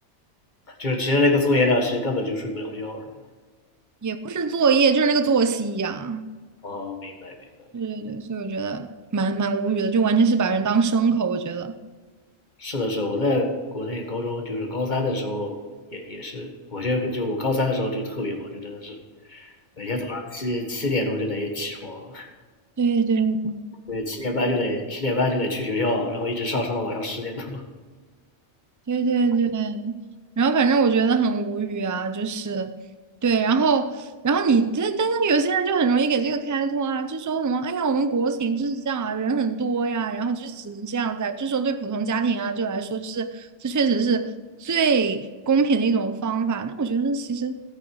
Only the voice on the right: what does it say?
也不是作业，就是那个作息呀、
对对对，所以我觉得蛮蛮无语的，就完全是把人当牲口，我觉得。
对对对
对对对对，然后反正我觉得很无语啊，就是对，然后然后你这但是有些人就很容易给这个开脱啊，就说什么哎呀，我们国情就是这样啊，人很多呀，然后就只能这样在，就说对普通家庭啊就来说，就是这确实是最公平的一种方法。那我觉得其实，